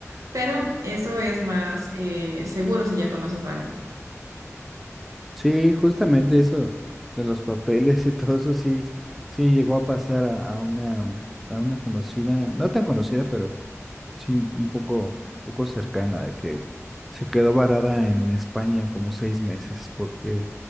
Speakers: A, on the right (about 85°); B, in the centre.
A: Pero eso es más eh, seguro si ya conoces a alguien.
B: Sí, justamente eso de los papeles y todo eso sí sí llegó a pasar a, a una a una conocida, no tan conocida, pero sí un poco poco cercana de que se quedó varada en España como seis meses porque